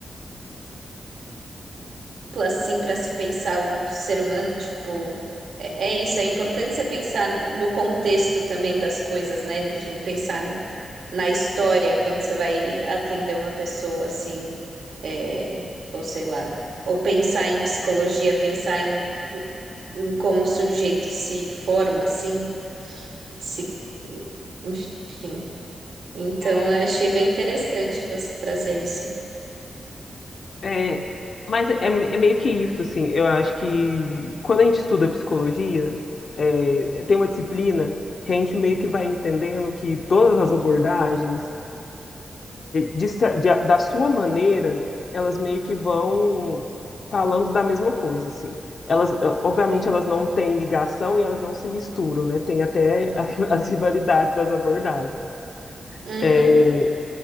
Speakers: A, on the right; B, on the left.
A: ampla, assim para se pensar o ser humano, tipo, é, é isso, é importante você pensar no contexto também das coisas, né? Enfim, pensar na história quando você vai atender uma pessoa assim, é, ou sei lá. Ou pensar em psicologia, pensar em, em como o sujeito se forma, assim. se, enfim. Então,
B: É,
A: eu achei bem interessante você trazer isso.
B: é, é, mas é, é meio que isso, assim. Eu acho que quando a gente estuda psicologia, é, tem uma disciplina que a gente meio que vai entendendo que todas as abordagens de cer- de- da sua maneira, elas meio que vão falando da mesma coisa, assim. Elas, eh, obviamente,
A: Sim.
B: elas não têm ligação e elas não se misturam, né? Tem até a- <laughs> as rivalidades das abordagens.
A: Uhum,
B: É,